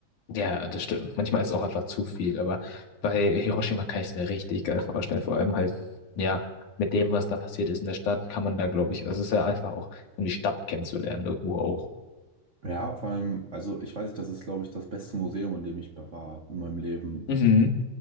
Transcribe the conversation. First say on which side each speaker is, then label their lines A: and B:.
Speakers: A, on the left; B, on the right.
A: Ja, das stimmt. Manchmal ist auch einfach zu viel, aber bei Hiroshima kann ich es mir richtig geil vorstellen. Vor allem halt, ja, mit dem, was da passiert ist in der Stadt, kann man da, glaube ich, also es ist ja einfach auch, um die Stadt kennenzulernen, irgendwo auch.
B: Ja, vor allem, also ich weiß nicht, das ist, glaube ich, das beste Museum, in dem ich war in meinem Leben.
A: Mhm.